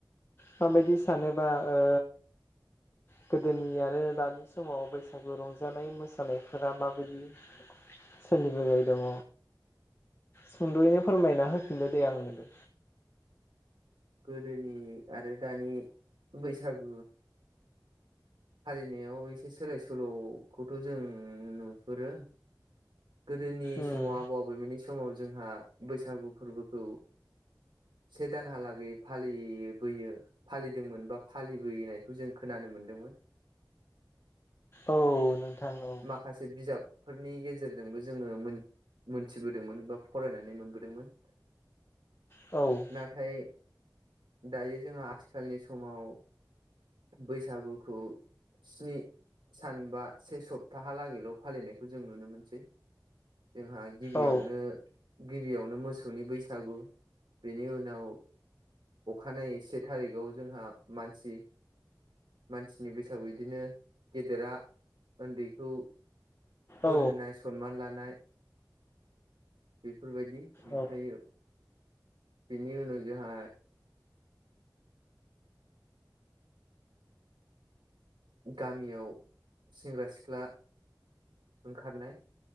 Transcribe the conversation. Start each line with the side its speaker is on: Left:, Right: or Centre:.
Left: माबायदि सानोबा ओ गोदोनि आरो दानि समाव बैसागु रंजानाय मोसानायफोरा माबायदि सोलिबोबाय दङ सुंद'यैनो फोरमायना होफिनदो दे आंनोबो
Right: गोदोनि आरो दानि बैसागु फालिनायाव एसे सोलाय सोल'खौथ' जों नुहुरो गोदोनि
Left: उम
Right: समाव आबौ आबैमोननि समाव जोंहा बैसागु फोरबोखौ से दानहालागै फालिबोयो फालिदोंमोन बा फालिबोनायखौ जों खोनानो मोन्दोंमोन
Left: औ नोंथां औ
Right: खासे बिजाबफोरनि गेजेरजोंबो जोङो मोन मोनथिबोदोंमोन बा फरायनानै मोनबोदोंमोन।
Left: औ
Right: नाथाय दायो जोंहा आथिखालनि समाव बैसागुखौ स्नि सान बा से सप्ताहालागैल' फालिनायखौ जों नुनो मोनसै जोंहा गिबियावनो
Left: औ
Right: गिबियावनो मोसौनि बैसागु बेनि उनाव अखानायै से थारिखआव जोंहा मानसि मानसिनि बैस बिदिनो गेदेरा उन्दैखौ बोर
Left: औ
Right: होनाय सन्मान लानाय बेफोरबायदि ओमफ्रायो
Left: औ
Right: बिनि उनाव जोंहा गामियाव सेंग्रा सिख्ला ओंखारनाय